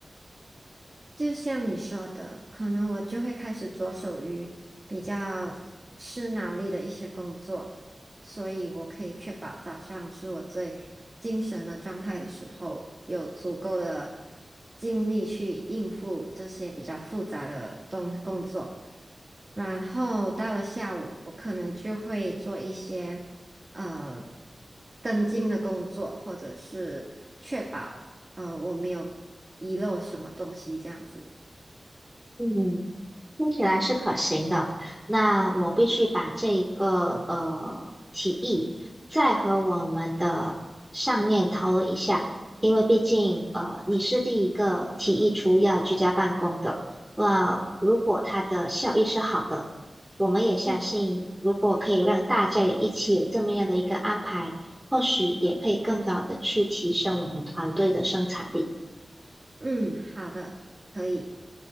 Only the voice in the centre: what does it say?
嗯，听起来是可行的，那我必须把这一个呃提议再和我们的上面讨论一下，因为毕竟呃你是第一个提议出要居家办公的，那如果它的效益是好的，我们也相信如果可以让大家也一起有这么样的一个安排，
或许也可以更高的去提升我们团队的生产力。